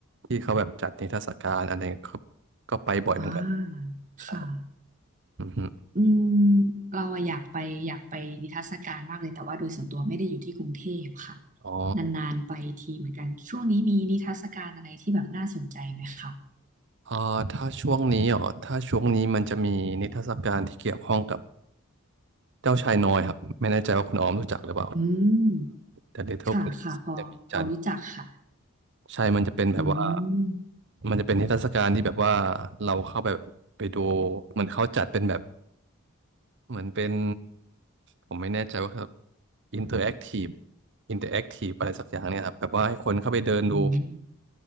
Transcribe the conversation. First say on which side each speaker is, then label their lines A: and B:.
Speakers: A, on the right; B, on the right.
A: ที่เขาแบบจัดนิทรรศการอะไรเงี้ยก็ก็ไปบ่อยเหมือนกัน
B: อ่า
A: ใช่
B: ค่ะ
A: อือฮึ
B: อืมเราอะอยากไปอยากไปนิทรรศการมากเลยแต่ว่าโดยส่วนตัวไม่ได้อยู่ที่กรุงเทพค่ะ
A: อ๋อ
B: นานๆไปทีเหมือนกันช่วงนี้มีนิทรรศการอะไรที่แบบน่าสนใจไหมคะ
A: อ่าถ้าช่วงนี้อ๋อถ้าช่วงนี้มันจะมีนิทรรศการที่เกี่ยวข้องกับเจ้าชายน้อยครับไม่แน่ใจว่าคุณออมรู้จักหรือเปล่า
B: อืม
A: The Little
B: ค่ะค่ะพอพอรู้จักค่ะ
A: Prince จะมีจัดใช่มันจะเป็นแบบว่า
B: อืม
A: มันจะเป็นนิทรรศการที่แบบว่าเราเข้าไปไปดูเหมือนเขาจัดเป็นแบบเหมือนเป็นผมไม่แน่ใจว่าครับ interactive interactive อะไรสักอย่างเนี่ยครับแบบว่าให้คนเข้าไปเดินดู
B: อืม